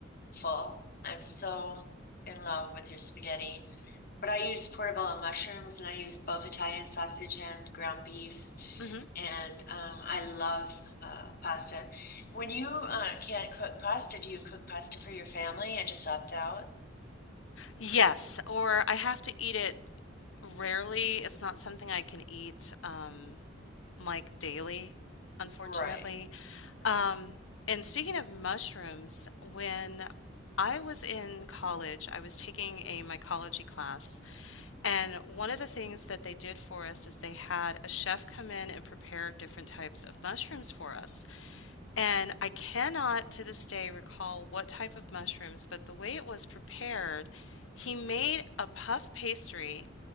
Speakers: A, on the left (about 50°); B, on the left (about 80°).
A: full. I'm so in love with your spaghetti. But I use portobello mushrooms and I use both Italian sausage and ground beef.
B: hmm
A: and um, I love uh, pasta. When you uh, can't cook pasta, do you cook pasta for your family and just opt out?
B: Yes, or I have to eat it rarely. It's not something I can eat um, like daily, unfortunately.
A: Right, right.
B: Um, and speaking of mushrooms, when I was in college, I was taking a mycology class, and one of the things that they did for us is they had a chef come in and prepare different types of mushrooms for us. And I cannot to this day recall what type of mushrooms, but the way it was prepared, he made a puff pastry